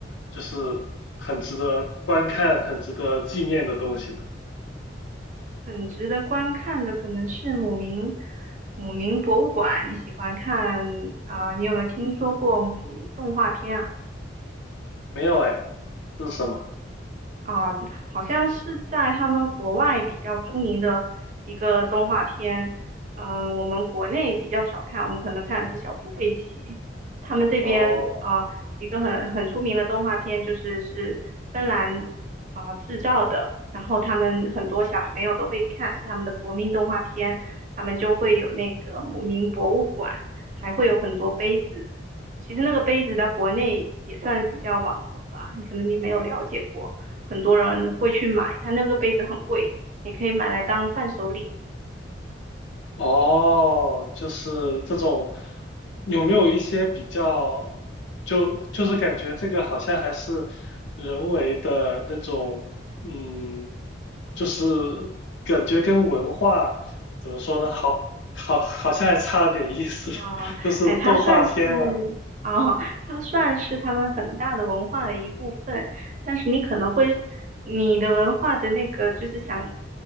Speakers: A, on the left; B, on the right.
A: 就是很值得观看、很值得纪念的东西呢？
B: 很值得观看的可能是姆明姆明博物馆。你喜欢看啊、呃你有没有听说过姆明动画片啊？
A: 没有哎，这是什么？
B: 啊，好像是在他们国外比较出名的一个动画片，嗯，我们国内比较少看，我们可能看的是小猪佩奇。他们这边啊，
A: 哦。
B: 一个很很出名的动画片就是是芬兰啊制造的，然后他们很多小朋友都会看，是他们的国民动画片，他们就会有那个姆明博物馆，还会有很多杯子。其实那个杯子在国内也算比较网红吧，可能你没有了解过。很多人会去买，它那个杯子很贵，你可以买来当伴手礼
A: 哦，就是这种，有没有一些比较，就就是感觉这个好像还是人为的那种，嗯，就是感觉跟文化怎么说呢，好好好像还差了点意思，
B: 啊。
A: <laughs> 就是动画片嘛，
B: 哎，它算是啊，它算是他们很大的文化的一部分，但是你可能会，你的文化的那个就是想